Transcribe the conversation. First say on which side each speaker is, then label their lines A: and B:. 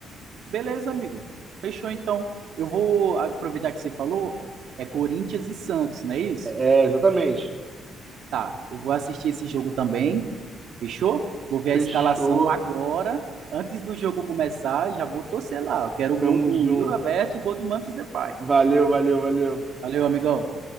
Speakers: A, on the right; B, on the right.
A: Beleza, amigo. Fechou, então. Eu vou aproveitar que você falou, é Corinthians e Santos, não é isso?
B: É, exatamente.
A: Tá, eu vou assistir esse jogo também, fechou? Vou ver
B: Fechou.
A: a escalação agora, antes do jogo começar, já vou torcer lá. Eu quero o gol
B: Tamo
A: do
B: junto.
A: Yuri Alberto e o gol do Memphis Depay.
B: Valeu, valeu, valeu.
A: Valeu, amigão.